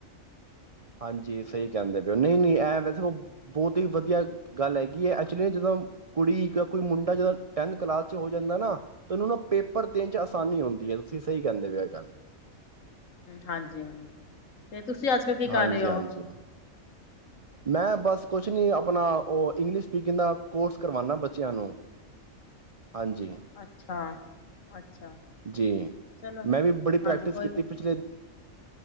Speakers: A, on the right (about 65°); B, on the left (about 65°).
A: ਹਾਂਜੀ ਸਹੀ ਕਹਿੰਦੇ ਪਏ ਔ ਨਹੀਂ ਨਹੀਂ ਐ ਵੈਸੇ ਉਹ ਬਹੁਤ ਹੀ ਵਧੀਆ ਗੱਲ ਹੈਗੀ ਐ, ਐਕਚੁਲੀ ਨਾ ਜਦੋਂ ਕੁੜੀ ਕੋਈ ਮੁੰਡਾ ਜਦੋਂ ਟੈਨ ਕਲਾਸ ਚ ਹੋ ਜਾਂਦਾ ਨਾ ਤਾਂ ਉਹਨੂੰ ਨਾ ਪੇਪਰ ਦੇਣ ਚ ਆਸਾਨੀ ਹੁੰਦੀ ਐ ਤੁਸੀਂ ਸਹੀ ਕਹਿੰਦੇ ਪਏ ਔ ਇ ਗੱਲ
B: ਹਾਂਜੀ ਤੇ ਤੁਸੀਂ ਅੱਜ ਕਲ ਕੀ ਕਰ
A: ਹਾਂਜੀ-ਹਾਂਜੀ।
B: ਰਹੇ ਓ।
A: ਮੈਂ ਬਸ ਕੁਛ ਨੀ ਆਪਣਾ ਉਹ ਇੰਗਲਿਸ਼ ਸਪੀਕਿੰਗ ਦਾ ਕੋਰਸ ਕਰਵਾਣਾ ਬੱਚਿਆਂ ਨੂੰ। ਹਾਂਜੀ
B: ਅੱਛਾ ਅੱਛਾ
A: ਜੀ,
B: ਚਲੋ
A: ਮੈਂ ਵੀ ਬੜੀ
B: ਹਾਂਜੀ
A: ਪ੍ਰੈਕਟਿਸ
B: ਕੋਈ
A: ਕੀਤੀ
B: ਗੱਲ
A: ਪਿਛਲੇ